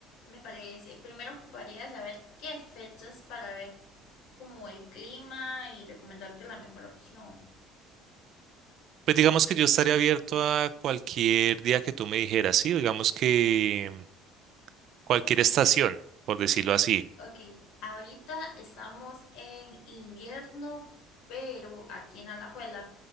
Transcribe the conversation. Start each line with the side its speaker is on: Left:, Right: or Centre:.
Left: Me parece. Primero ocuparía saber qué fechas para ver como el clima y recomendarte la mejor opción.
Right: Pues digamos que yo estaría abierto a cualquier día que tú me dijeras, sí, digamos que mm, cualquier estación, por decirlo así.
Left: Ok, ahorita estamos en invierno, pero aquí en Alajuela,